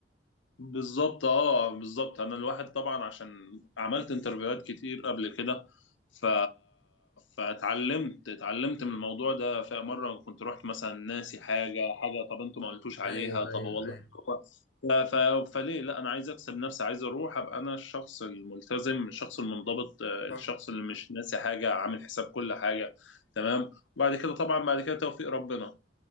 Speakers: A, on the left; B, on the left.
A: بالظبط اه بالظبط انا الواحد طبعا عشان عملت انترفيوهات كتير قبل كده ف... فاتعلمت اتعلمت من الموضوع ده فمره كنت رحت مثلا ناسي حاجه حاجه طب انتوا ما قلتوش عليها
B: ايوه
A: طب
B: ايوه
A: والله
B: ايوه
A: هو ف... ف... فليه لا انا عايز اكسب نفسي عايز اروح ابقى انا الشخص الملتزم الشخص المنضبط آه،
B: صح
A: الشخص اللي مش ناسي حاجه عامل حساب كل حاجه تمام وبعد كده طبعا بعد كده توفيق ربنا